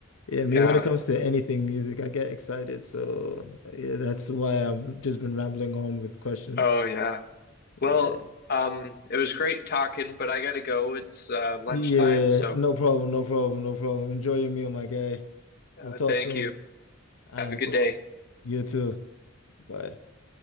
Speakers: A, on the left; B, on the left.
A: Yeah, me
B: Yeah.
A: when it comes to anything music, I get excited. So yeah, that's why I've just been rambling on with questions.
B: Oh, yeah. Well,
A: Yeah.
B: um, it was great talking, but I gotta go. It's uh, lunchtime,
A: Yeah,
B: so
A: no problem, no problem, no problem. Enjoy your meal, my guy. We'll
B: uh,
A: talk
B: thank
A: soon.
B: you.
A: All
B: Have
A: right,
B: a good
A: bro.
B: day.
A: You too. Bye.